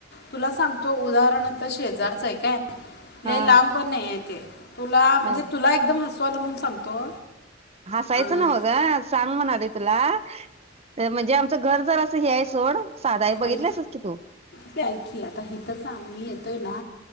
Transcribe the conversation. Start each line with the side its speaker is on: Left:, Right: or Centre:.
Left: तुला सांगतो, उदाहरण आत्ता शेजारचा हाय काय लय
Right: हा
Left: लांब पण नाही ये, ते तुला म्हणजे
Right: ह
Left: तुला एकदम हसु तुला म्हणून सांगतो
Right: हसायचं
Left: अं,
Right: नवं गं सांग म्हणालोय तुला. अ म्हणजे आमचं घर जरा सं तू हे हाय सोड. साधा आहे बघितलंसच
Left: ऐक
Right: की तू
Left: ते ऐक की आता हथच आमीही ये पुना